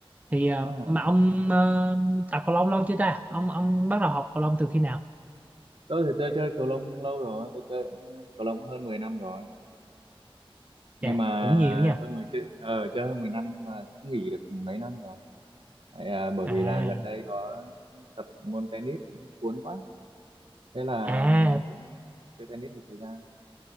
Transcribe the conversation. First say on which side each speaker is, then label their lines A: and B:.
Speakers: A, on the right; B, on the right.
A: thì ờ,
B: à,
A: mà ông ờ, tập cầu lông lâu chưa ta ông ông bắt đầu học cầu lông từ khi nào
B: tôi thì tôi chơi cầu lông lâu rồi tôi chơi cũng, ờ, cầu lông hơn 10 năm rồi nhưng
A: dạ
B: mà
A: cũng nhiều nha
B: hơn 10 chơi ờ, chơi hơn 10 năm nhưng mà cũng nghỉ được mấy năm rồi Tại, ờ, bởi
A: à
B: vì là gần đây có tập môn tennis cuốn quá thế là
A: à
B: cũng chơi tennis một thời gian